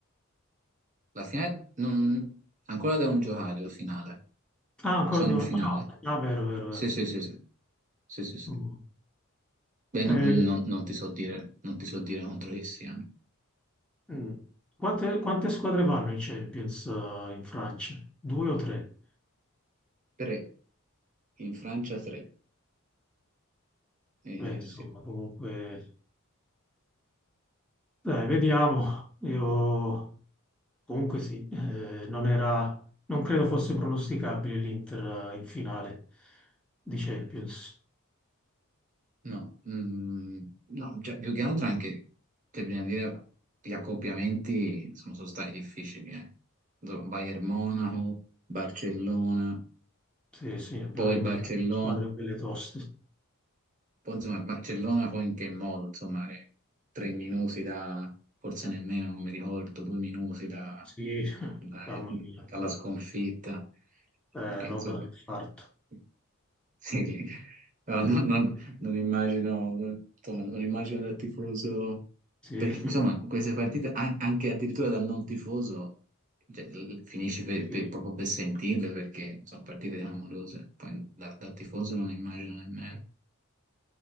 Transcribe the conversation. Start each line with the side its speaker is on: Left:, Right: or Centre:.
Right: la finale non... ancora devono giocare la finale.
Centre: Ah, ancora
Right: Sono
Centre: di
Right: in
Centre: una.
Right: finale.
Centre: Ah, ok. ah, vero, vero, vero.
Right: Sì, sì, sì, sì. Sì, sì, sì.
Centre: Mm.
Right: Beh,
Centre: Eh,
Right: no- non, non ti so dire, non ti so dire contro chi siano.
Centre: mm. Quante, quante squadre vanno in Champions, eh, in Francia? Due o tre?
Right: Tre. In Francia tre. Eh,
Centre: Beh, insomma,
Right: sì.
Centre: comunque Dai, vediamo. Io comunque sì, eh, non era, non credo fosse pronosticabile l'Inter eh, in finale di Champions.
Right: No, mm, no, cioè, più che altro anche, cioè, bisogna dire, gli accoppiamenti sono, sono stati difficili. Eh. Insomma, Bayern Monaco, Barcellona,
Centre: Sì, sì, abbiamo
Right: poi
Centre: eliminato
Right: Barcellona.
Centre: squadre belle toste.
Right: Poi insomma a Barcellona poi in che modo? Insomma, eh, tre minuti da, forse nemmeno, non mi ricordo, due minuti da-
Centre: Sì,
Right: da-
Centre: mamma
Right: eh,
Centre: mia,
Right: dalla sconfitta,
Centre: eh,
Right: che
Centre: roba
Right: insomma,
Centre: da infarto.
Right: <laughs> sì, no,
Centre: <laughs>
Right: non, non- non immagino, non- insomma, non immagino dal tifoso,
Centre: Sì,
Right: perché insomma queste partite, a- anche addirittura dal non tifoso, cioè, l- finisci per- per-
Centre: sì.
Right: proprio per sentirle, perché sono partite clamorose, poi da- dal tifoso non immagino nemmeno,